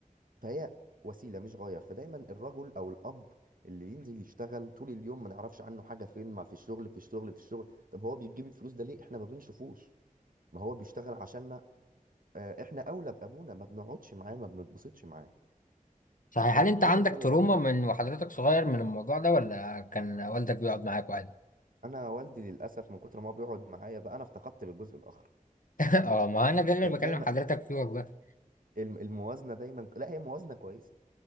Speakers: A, on the right (about 80°); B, on the left (about 70°).
A: فهي وسيله مش غايه فدايما الرجل او الاب اللي بينزل يشتغل طول اليوم ما نعرفش عنه حاجه فين ما في الشغل في الشغل في الشغل طب هو بيجيب الفلوس ده ليه احنا ما بنشوفوش ما هو بيشتغل عشاننا آه، احنا اولى بابونا ما بنقعدش معاه ما بنتبسطش معاه
B: صحيح
A: تمام
B: هل انت عندك
A: ايا كان يا
B: تروما
A: فندم
B: من وحضرتك صغير من الموضوع ده ولا كان والدك بيقعد معاك عادي
A: انا والدي للاسف من كتر ما هو بيقعد معايا بقى انا افتقدت للجزء الاخر
B: <laughs> اه ما انا ده اللي
A: دا-
B: بكلم
A: دايما
B: حضرتك فيه والله
A: الم- الموازنه دايما لا هي موازنه كويسه